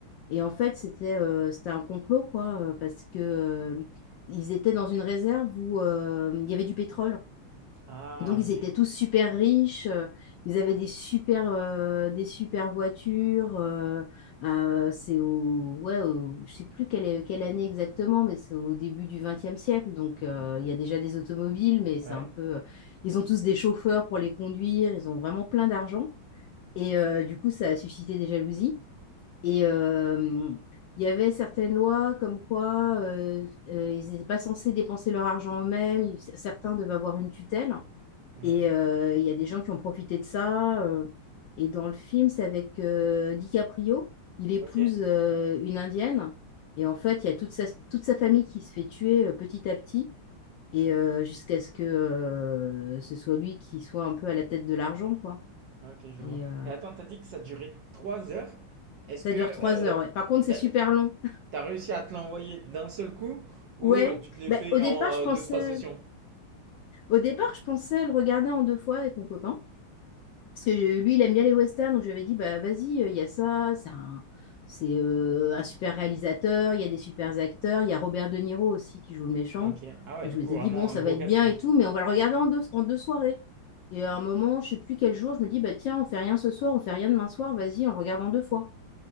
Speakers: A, on the left (about 70°); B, on the right (about 70°).
A: Et en fait c'était euh, c'était un complot quoi, euh, parce que euh, ils étaient dans une réserve où euh, il y avait du pétrole.
B: <laughs> ah,
A: Donc,
B: ok.
A: ils étaient tous super riches, euh, ils avaient des super, euh, des super voitures. euh, euh, c'est au, ouais, au- je sais plus quelle, est- quelle année exactement, mais c'est au début du XXe siècle. Donc, euh, il y a déjà des automobiles, mais c'est
B: Ouais,
A: un peu. euh, Ils ont tous des chauffeurs pour les conduire, ils ont vraiment plein d'argent. Et euh, du coup, ça a suscité des jalousies. Et euh, il y avait certaines lois comme quoi euh, euh, ils n'étaient pas censés dépenser leur argent eux-mêmes, ils- certains devaient avoir une tutelle.
B: ouais.
A: Et euh, il y a des gens qui ont profité de ça. euh, et dans le film, c'est avec euh, DiCaprio. Il épouse
B: Ok.
A: euh, une Indienne. Et en fait, il y a toute sa, toute sa famille qui se fait tuer euh, petit à petit. Et euh, jusqu'à ce que euh, ce soit lui qui soit un peu à la tête de l'argent, quoi.
B: Ah, Ok, je
A: Et,
B: vois.
A: euh,
B: Et attends, t'as dit que ça durait trois heures. Est-ce
A: ça
B: que
A: dure trois
B: euh,
A: heures. ouais. Par contre, c'est
B: t'as,
A: super long.
B: t'as réussi à te l'envoyer d'un seul coup ou
A: Ouais.
B: euh, tu te l'es
A: Ben,
B: fait
A: au départ,
B: en euh,
A: je pensais,
B: deux, trois sessions?
A: au départ, je pensais le regarder en deux fois avec mon copain. Parce que euh, lui, il aime bien les westerns, donc je lui avais dit, bah vas-y, euh, il y a ça, c'est un, c'est, euh, un super réalisateur, il y a des super acteurs, il y a Robert De Niro aussi qui joue le méchant.
B: Ok. Ah ouais,
A: Donc
B: du
A: je m'étais
B: coup, vraiment
A: dit, bon, ça
B: un gros
A: va être
B: casting.
A: bien et tout, mais on va le regarder en deux, en deux soirées. Et à un moment, je sais plus quel jour, je me dis, bah tiens, on fait rien ce soir, on fait rien demain soir, vas-y, on le regarde en deux fois.